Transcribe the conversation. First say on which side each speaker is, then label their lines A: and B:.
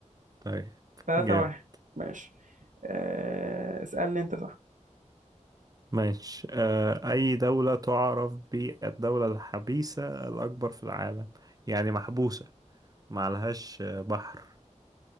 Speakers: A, on the right (about 30°); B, on the right (about 80°).
A: طيب
B: 3
A: جامد
B: واحد ماشي آه اسألني انت صح
A: ماشي آه أي دولة تعرف بالدولة الحبيسة الأكبر في العالم يعني محبوسة معلهاش آه، بحر